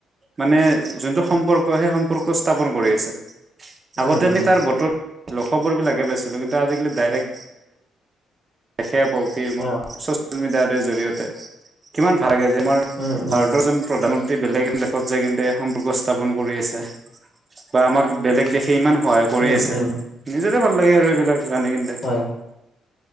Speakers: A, on the right; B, on the left.
A: মানে যোনটো সম্পৰ্ক, সেই সম্পৰ্ক স্থাপন কৰি আছে।
B: উম,
A: আগতে
B: উম,
A: আমি তাৰ বতৰ খবৰ বিলাকে পাইছিলো। কিন্তু আজিকালি ডাইৰেক্ট দেখা পাওঁ পি এমক
B: অ'
A: ছচিয়েল মিডিয়াটো জৰিয়তে। কিমান ভাল লাগে যে আমাৰ
B: উম,
A: ভাৰতৰ
B: উম,
A: জন প্ৰধানমন্ত্ৰী বেলেগ দেশত যায় কিন্তে সম্পৰ্ক স্থাপন কৰি আছে। বা আমাক বেলেগ দেশে ইমান সহায় কৰি
B: উম,
A: আছে।
B: উম,
A: নিজৰ ভাল লাগে আৰু এইবিলাক জানি কিনে।
B: অ